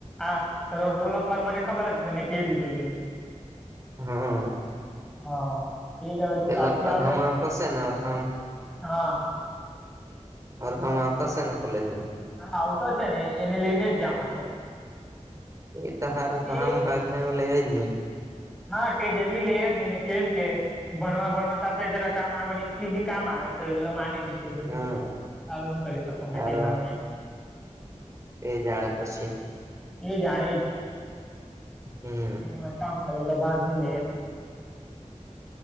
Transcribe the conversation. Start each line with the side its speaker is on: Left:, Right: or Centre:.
Centre: આ રોલ નંબર મને ખબર જ ની મેં કઈ દીધલુ એ લોકને.
Right: હ.
Centre: હા એ જ હવે તું
Right: પેલા
Centre: કાલથી
Right: અરહમ
Centre: આવે?
Right: આવતો શે ને અરહમ
Centre: હા.
Right: અર્હમ આવતો શે ને કોલેજમાં?
Centre: હા આવતો છે ને એને લઈને જ જામ હાથે.
Right: એ તો હારો
Centre: તે
Right: તામ ભાગને એવ લે જ નહી.
Centre: હા તે જલ્દી લેઈ જ ની ને કેમ કે. ભણવા ભણવા સાથે જરા કામ આવે સ્કીલ બી કામ આવે તો એલે માને ની. તે બધું
Right: હા
Centre: હવ હું કરી શકું મે
Right: હારો
Centre: તેમાં આવે.
Right: એ જાણે પછી.
Centre: એ જાણે જ,
Right: હમ
Centre: એને બતાઉ પર એટલે ભાગ ની લઈ એમ.